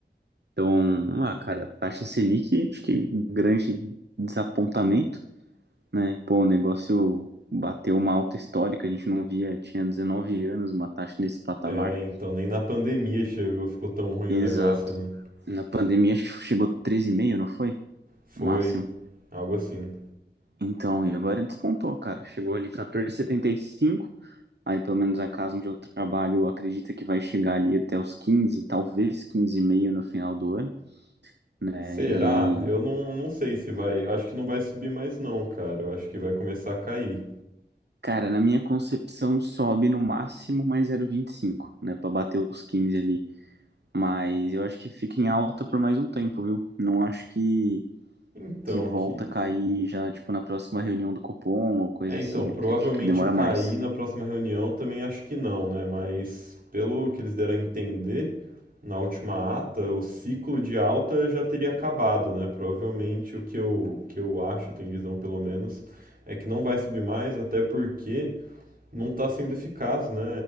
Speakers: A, on the right; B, on the right.
A: Então, ah, cara, taxa Selic, acho que grande desapontamento, né? Pô, o negócio bateu uma alta histórica, a gente não via, tinha 19 anos uma taxa nesse patamar.
B: É, então, nem na pandemia chegou, ficou tão ruim
A: Exato.
B: o negócio, né?
A: Na pandemia, acho que chegou 13,5, não foi?
B: Foi
A: O máximo.
B: algo assim.
A: Então, e agora ele despontou, cara. Chegou ali 14,75. Aí, pelo menos a casa onde eu trabalho acredita que vai chegar ali até os 15, talvez 15,5 no final do ano, né?
B: Será?
A: E,
B: Eu não, não sei se vai. Eu acho que não vai subir mais não, cara. Eu acho que vai começar a cair.
A: cara, na minha concepção sobe no máximo mais 0,25, né? Pra bater os 15 ali. Mas eu acho que fica em alta por mais um tempo, viu? Não acho que,
B: Então,
A: que volta
B: que.
A: a cair já, tipo, na próxima reunião do Copom ou coisa
B: É, então,
A: assim.
B: provavelmente
A: Acredito que demora
B: cair
A: mais.
B: na próxima reunião também acho que não, né? Mas pelo que eles deram a entender, na última ata, o ciclo de alta já teria acabado, né? Provavelmente o que eu, que eu acho, tenho visão pelo menos, é que não vai subir mais, até porque não está sendo eficaz, né?